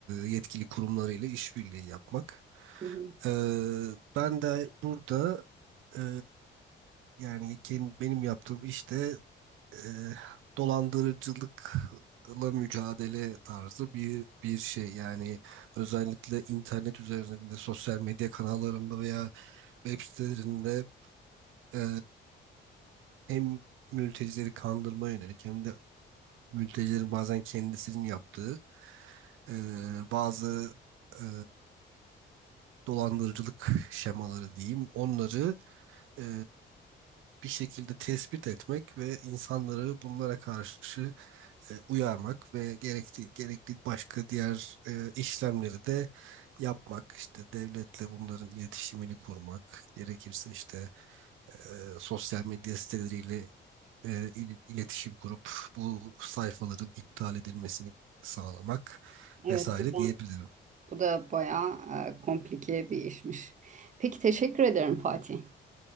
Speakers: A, on the right (about 85°); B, on the right (about 40°).
A: yetkili kurumlarıyla işbirliği yapmak.
B: hı hı.
A: E, ben de burada e, yani kendi, benim yaptığım işte e, dolandırıcılıkla mücadele tarzı bir bir şey. Yani özellikle internet üzerinde, sosyal medya kanallarında veya web sitelerinde e, hem mültecileri kandırma yönelik hem de mültecilerin bazen kendisinin yaptığı e, bazı e, dolandırıcılık şemaları diyeyim. Onları e, bir şekilde tespit etmek ve insanları bunlara karşı e, uyarmak ve gerekli, gerekli başka diğer e, işlemleri de yapmak. İşte devletle bunların iletişimini kurmak. Gerekirse işte e, sosyal medya siteleriyle e, il- iletişim kurup bu sayfaların iptal edilmesini sağlamak
B: Evet,
A: vesaire
B: bu da,
A: diyebilirim.
B: bu da bayağı e, komplike bir işmiş. Peki teşekkür ederim Fatih.